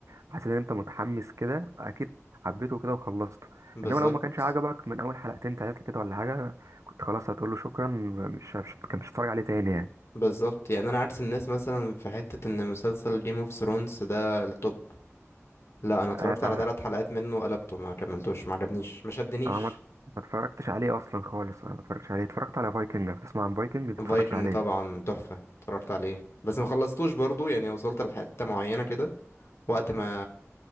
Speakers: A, on the right (about 75°); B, on the left (about 60°).
A: حسيت إن انت متحمس كده فأكيد حبيته كده وخلصته
B: بالظبط
A: انما لو ما كانش عجبك من اول حلقتين تلاتة كده ولا حاجة كنت خلاص هتقول له شكرا مش مش كان مش هتتفرج عليه تاني يعني
B: بالظبط يعني انا عكس الناس مثلا في حتة ان مسلسل جيم اوف ثرونز ده التوب لا انا اتفرجت
A: آه،
B: على ثلاث حلقات منه قلبته ما كملتوش ما عجبنيش ما شدنيش
A: اه ما ما اتفرجتش عليه اصلا خالص انا ما اتفرجتش عليه اتفرجت على فايكنج بتسمع عن فايكنج اتفرجت
B: فايكنج
A: عليه
B: طبعا تحفة اتفرجت عليه بس ما خلصتوش برضو يعني وصلت لحتة معينة كده وقت ما